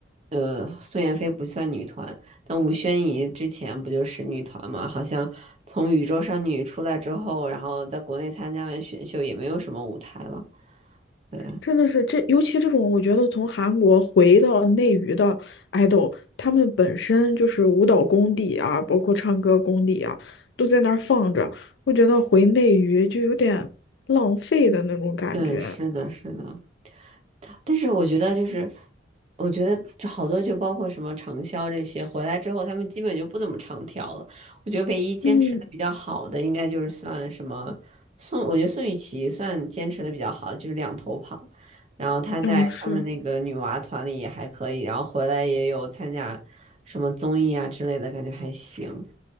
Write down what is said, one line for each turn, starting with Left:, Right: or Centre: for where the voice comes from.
Right: 呃，宋妍霏不算女团，但吴宣仪之前不就是女团嘛？好像从宇宙少女出来之后，然后在国内参加完选秀，也没有什么舞台了。对，
Left: 真的是这，尤其这种，我觉得从韩国回到内娱的 idol，他们本身就是舞蹈功底啊，包括唱歌功底啊，都在那儿放着。我觉得回内娱就有点浪费的那种感觉。
Right: 对，是的，是的。但是我觉得就是，我觉得就好多就包括什么长销这些，回来之后他们基本就不怎么长跳了。我觉得唯一坚持的比较好的，
Left: 嗯，
Right: 应该就是算什么宋，我觉得宋雨琦算坚持的比较好，的，就是两头跑。然后她在他们的那个女娃团里也还可以，
Left: 哦，是
Right: 然后回来也有参加什么综艺啊之类的，感觉还行。